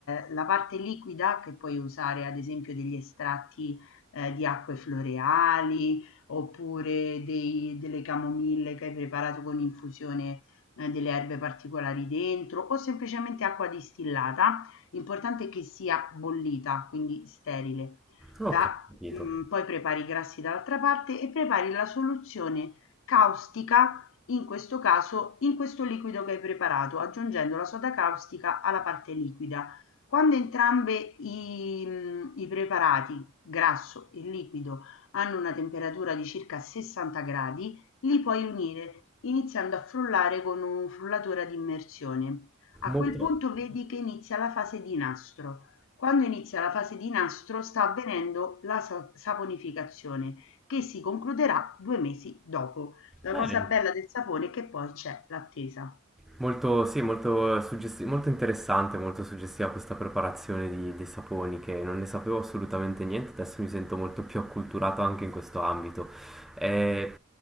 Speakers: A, on the left (about 65°); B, in the centre.
A: eh, la parte liquida che puoi usare ad esempio degli estratti eh, di acque floreali oppure dei- delle camomille che hai preparato con infusione eh, delle erbe particolari dentro o semplicemente acqua distillata. L'importante è che sia bollita, quindi sterile.
B: Ok,
A: Da
B: capito.
A: mhmm, poi prepari i grassi dall'altra parte e prepari la soluzione caustica, in questo caso in questo liquido che hai preparato, aggiungendo la soda caustica alla parte liquida. Quando entrambe i, mhmm, i preparati, grasso e liquido, hanno una temperatura di circa 60 gradi, li puoi unire iniziando a frullare con un frullatore ad immersione. A
B: Molto,
A: quel punto vedi che inizia la fase di nastro. Quando inizia la fase di nastro sta avvenendo la sa- saponificazione che si concluderà due mesi dopo. La
B: eh,
A: cosa bella del sapone è che poi c'è l'attesa.
B: molto, sì, molto, suggesti- molto interessante, molto suggestiva questa preparazione di- dei saponi che non ne sapevo assolutamente niente, adesso mi sento molto più acculturato anche in questo ambito. Eh,